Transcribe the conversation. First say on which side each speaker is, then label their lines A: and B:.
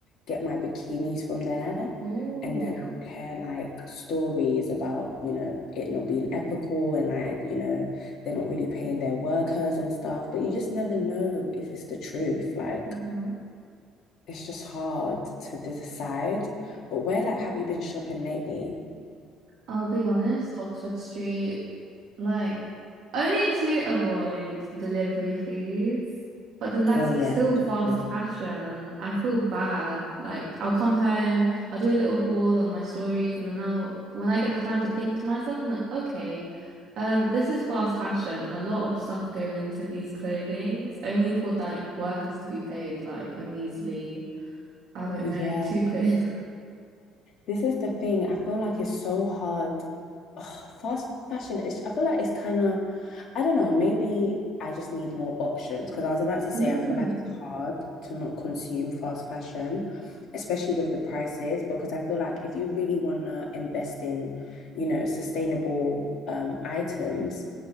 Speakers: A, on the left; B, on the right.
A: get my bikinis from there
B: Oh,
A: and then I would hear like stories about, you know, it not being ethical and like, you know, they're not really paying their workers and stuff, but you just never know if it's the truth. Like
B: Mm-hmm.
A: it's just hard to decide. But where like have you been shopping lately?
B: I'll be honest, Oxford Street. Like, only to avoid delivery fees, but then that's
A: Oh yeah,
B: still
A: that's
B: fast
A: true.
B: fashion, and I feel bad. Like, I'll come home, I'll do a little haul on my stories, and then I'll, when I get the time to think to myself, I'm like, okay, um, this is fast fashion, and a lot of stuff go into these clothings, only for like workers to be paid like a measly, I don't
A: Yeah.
B: know, two quid. <laughs>
A: This is the thing. I feel like it's so hard. Ugh, fast fashion, it's, I feel like it's kind of, I don't know, maybe I just need more options because I was about to say
B: Mm,
A: I feel like it's hard to not consume fast fashion, especially with the prices, because I feel like if you really want to invest in, you know, sustainable um items,